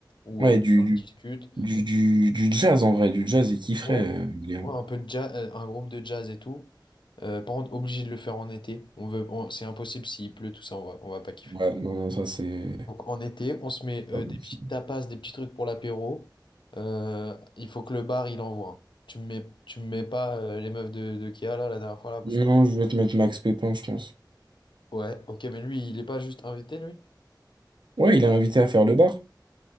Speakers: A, on the left; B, on the right.
A: où
B: Ouais,
A: euh,
B: du,
A: on discute.
B: du, du, du, du jazz en vrai, du jazz, il kifferait,
A: Ouais.
B: euh, Léon.
A: Ouais, un peu de jazz, euh, un groupe de jazz et tout. Euh, par contre, obligé de le faire en été. On veut, on- c'est impossible s'il pleut, tout ça, on va, on va pas kiffer.
B: Ouais, non, non, ça c'est
A: Donc en été, on se met
B: pas
A: euh,
B: possible.
A: des petits tapas, des petits trucs pour l'apéro. Euh, il faut que le bar, il envoie. hein. Tu me mets, tu me mets pas euh, les meufs de, de Kia là, la dernière fois là, parce que.
B: Non, je vais te mettre Max Pépin, je pense.
A: Ouais, ok, mais lui, il est pas juste invité, lui?
B: Ouais, il est invité à faire le bar.